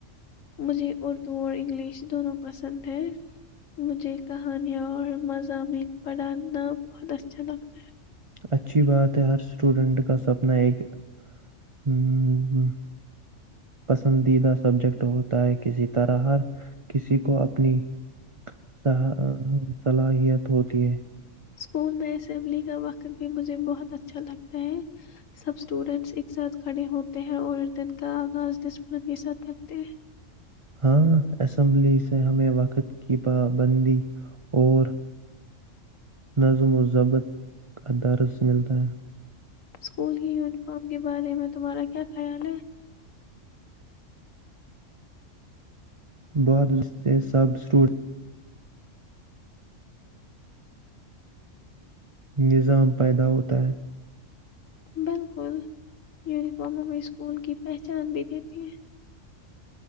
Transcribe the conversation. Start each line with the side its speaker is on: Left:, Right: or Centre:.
Left: مجھے اردو اور انگلش دونوں پسند ہے مجھے کہانیاں اور مضامین پڑھانا بہت اچھا لگتا ہے
Right: اچھی بات ہے ہر سٹوڈینٹ کا سپنا ایک ہمم پسندیدہ سبجیکٹ ہوتا ہے کسی طرح ہر کسی کو اپنی صلاحیت ہوتی ہے
Left: سکول میں اسمبلی کا وقت بھی مجھے بہت اچھا لگتا ہے سب سٹوڈینٹس ایک ساتھ کھڑے ہوتے ہیں اور دن کا آغاز ڈسپلن کے ساتھ کرتے ہیں
Right: ہاں اسمبلی سے ہمیں وقت کی پابندی اور نظم و ضبط کا درس ملتا ہے
Left: سکول کی یونیفارم کے بارے میں تمہارا کیا خیال ہے
Right: بہت اس سے سب سٹوڈ نظام پیدا ہوتا ہے
Left: بالکل یونیفارم ہم میں سکول کی پہچان بھی دیتی ہے